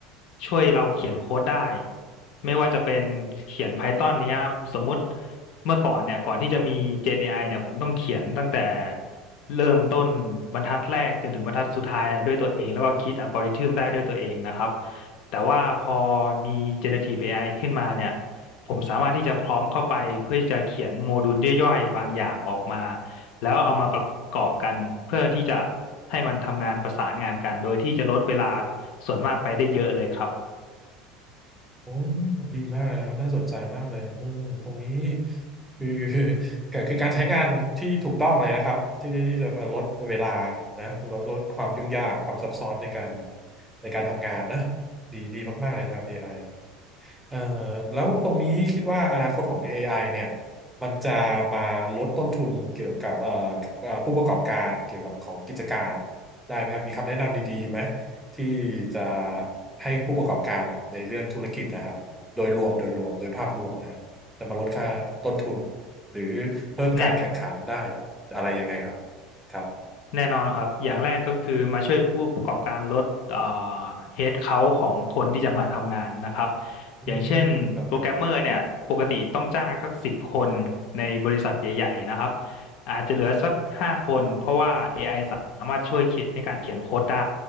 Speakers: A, on the left; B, in the centre.
A: ช่วยเราเขียนโค้ดได้ไม่ว่าจะเป็นเขียน Python เนี้ยครับสมมุติเมื่อก่อนเนี่ยก่อนที่จะมี Gen AI เนี่ยผมต้องเขียนตั้งแต่เริ่มต้นบรรทัดแรกจนถึงบรรทัดสุดท้ายด้วยตัวเองแล้วก็คิดอัลกอริทึมได้ด้วยตัวเองนะครับแต่ว่าพอมี Generative AI ขึ้นมาเนี่ยผมสามารถที่จะพร้อมเข้าไปเพื่อที่จะเขียนโมดูลย่อยๆบางอย่างออกมาแล้วเอามาประกอบกันเพื่อที่จะ ให้มันทำงานประสานงานกันโดยที่จะลดเวลาส่วนมากไปได้เยอะเลยครับ
B: โอ้ดีมากเลยนะครับน่าสนใจมากเลยอืมตรงนี้คือ <laughs> คือก็คือการใช้งานที่ถูกต้องเลยนะครับที่ที่จะมาลดเวลานะลดลดความยุ่งยากความซับซ้อนในการในการทำงานนะดีดีมากๆเลยนะครับ AI เอ่อแล้วตรงนี้คิดว่าอนาคตของ AI เนี่ยมันจะมาลดต้นทุนเกี่ยวกับเอ่อเอ่อผู้ประกอบการเกี่ยวกับของกิจการได้ไหมครับมีคำแนะนำดีๆไหมที่จะให้ผู้ประกอบการในเรื่องธุรกิจนะครับโดยรวมโดยรวมโดยภาพรวมนะฮะจะมาลดค่าต้นทุนหรือเพิ่มการแข่งขันได้
A: แน่น
B: อะไรยังไงครับครับ
A: แน่นอนนะครับ อย่างแรกก็คือมาช่วยผู้ประกอบการลดเอ่อเฮดเค้าของคนที่จะมาทำงานนะครับ
B: อืมครับครับ
A: อย่างเช่นโปรแกรมเมอร์เนี่ยปกติต้องจ้างสักสิบคนในบริษัทใหญ่ๆนะครับอาจจะเหลือสักห้าคนเพราะว่า AI สามารถช่วยเขียนในการเขียนโค้ดได้